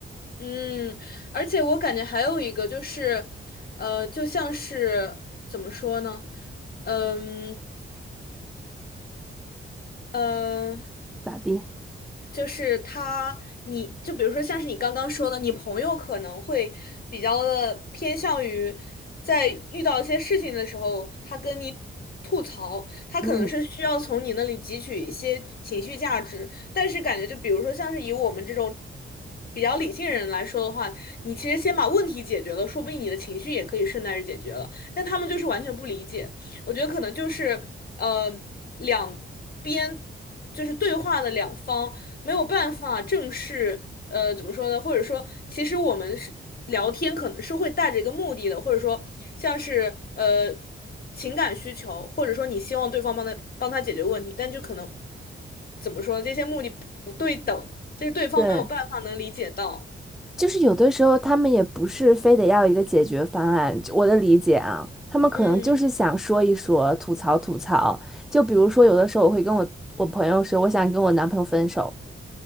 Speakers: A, on the left (about 45°); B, in the centre.
A: 嗯，而且我感觉还有一个就是，呃，就像是怎么说呢，嗯呃。
B: 咋地？
A: 就是他，你就比如说像是你刚刚说的，你朋友可能会比较的偏向于在遇到一些事情的时候，他跟你吐槽，他可能是需要从你那里汲取一些情绪价值，
B: 嗯
A: 但是感觉就比如说像是以我们这种比较理性人来说的话，你其实先把问题解决了，说不定你的情绪也可以顺带着解决了，但他们就是完全不理解，我觉得可能就是呃两边就是对话的两方。没有办法正式，呃，怎么说呢？或者说，其实我们是聊天，可能是会带着一个目的的，或者说像是呃情感需求，或者说你希望对方帮他帮他解决问题，但就可能怎么说呢？这些目的不不对等，就是对方没有办法能理解到。
B: 对，就是有的时候他们也不是非得要一个解决方案，就我的理解啊，他们可能就是想说一说，
A: 嗯，
B: 吐槽吐槽。就比如说，有的时候我会跟我我朋友说，我想跟我男朋友分手，